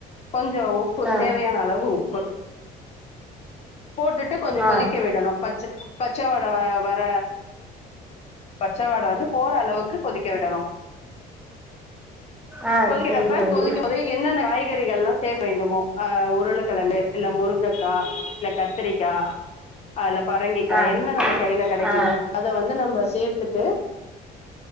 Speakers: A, on the left; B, in the centre.
A: கொஞ்ச உப் உப்பு
B: ஆ
A: தேவையான அளவு உப்பு போட்டுட்டு கொஞ்சோ
B: ஆ
A: கொதிக்க விடணு பச்ச பச்ச வட வர பச்சவாட வந்து போற அளவுக்கு கொதிக்க விடணு
B: ஆ
A: கொதிக்கிறப்ப
B: சரி தோழி
A: கொதிக்கோ தே என்னென்ன காய்கறிகள்லா சே வேண்டுமோ அ உருளக்கிழங்கு இல்ல முருங்கக்கா இல்ல கத்திரிக்கா அல்ல பரங்கிக்காய்
B: ஆ
A: என்ன நம்ம கையில கிடைக்குதோ
B: ஆ
A: அத வந்து நம்ம சேத்துட்டு